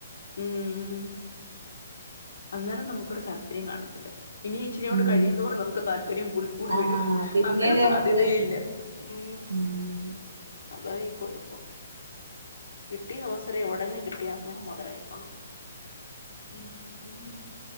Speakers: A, on the left (about 80°); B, on the right (about 85°).
A: ഉം. അന്നേരം നമുക്കൊരു താല്പര്യം കാണത്തില്ല. ഇനി ഇച്ചിരിയും കൊണ്ട്
B: ഉം
A: കഴിയുന്നോറെ നമുക്ക് താല്പര്യം കൂടി കൂടി
B: ആഹ്
A: വരു
B: പിന്നേണ്
A: അന്നരെ സാധ്യതയ
B: നമുക്ക്
A: ഇല്ല ഉ
B: ഉം
A: അതാ ഈ കുഴപ്പം കിട്ടിയ അവസരം എവിടെങ്കിലും കിട്ടിയ അന്നേരം മുതലാക്കിക്കോണം. ഉം.